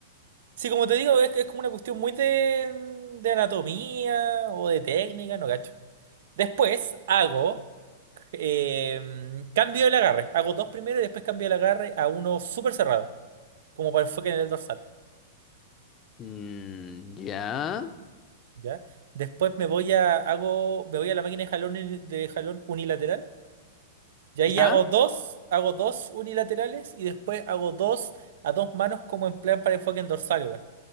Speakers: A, on the right; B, on the left.
A: Sí, como te digo, es, es como una cuestión muy de, de anatomía o de técnica, no gacho. Después hago. Eh, cambio el agarre. Hago dos primero y después cambio el agarre a uno súper cerrado, como para enfoque en el dorsal.
B: Mm, ya.
A: ¿Ya? Después me voy a, hago, me voy a la máquina de jalón, uni- de jalón unilateral. Y ahí
B: ¿Ya?
A: hago dos, hago dos unilaterales y después hago dos a dos manos como en plan para enfoque en dorsal igual.